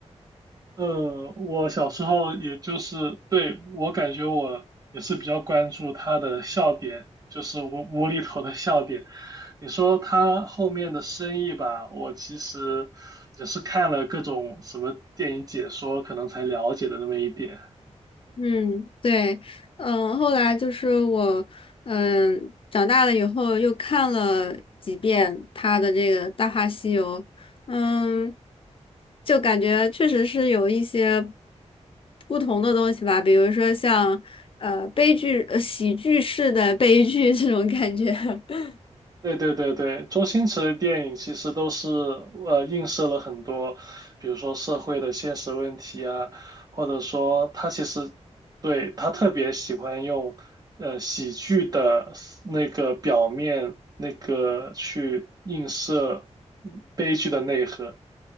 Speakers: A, on the right (about 35°); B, on the left (about 50°).
A: 呃，我小时候也就是，对，我感觉我也是比较关注他的笑点，就是无无厘头的笑点。你说他后面的生意吧，我其实也是看了各种什么电影解说，可能才了解的那么一点。
B: 嗯，对，嗯，后来就是我，嗯，长大了以后又看了几遍他的这个《大话西游》，嗯，就感觉确实是有一些不同的东西吧，比如说像呃悲剧、呃喜剧式的悲剧这种感觉。<laughs>
A: 对对对对，周星驰的电影其实都是呃映射了很多，比如说社会的现实问题啊，或者说他其实对他特别喜欢用呃喜剧的那个表面那个去映射嗯悲剧的内核。